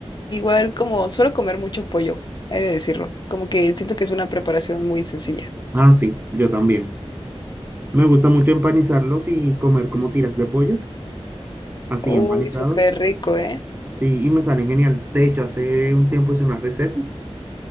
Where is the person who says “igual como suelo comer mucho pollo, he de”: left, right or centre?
Left